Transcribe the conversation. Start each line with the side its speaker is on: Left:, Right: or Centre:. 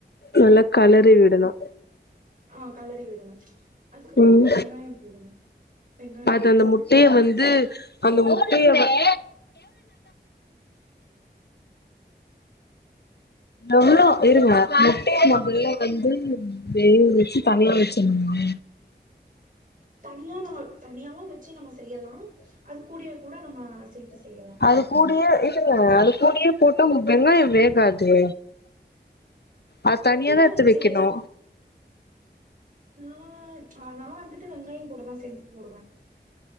Left: நல்லா களறி விடணு
Right: ஆ கெளறி விடணு அதுக்கப்பறமா
Left: ம்
Right: வெங்காயோ போடணு வெங்காயம்
Left: அது அந்த முட்டைய வந்து அந்த முட் முட்டைய வந் எவ்ளோ இருங்க முட்டைய நா பிரியாணி வந்து வெக வச்சு தனியா வச்சு உம்
Right: தனியாவு தனியாவு வச்சு நம்ம செய்யலா அது கூடயே கூட நம்ம சேத்து செய்யலா
Left: அது கூடயே இது அது கூடயே போட்டா உனக்கு வெங்காயோ வேகாதே அத
Right: அப்டிலா
Left: தனியாதா எடுத்து
Right: இல்லயே
Left: வைக்கணு
Right: ஆ ஆ நா வந்து ட்டு வெங்காயோ கூடதா சேந்து போடுவே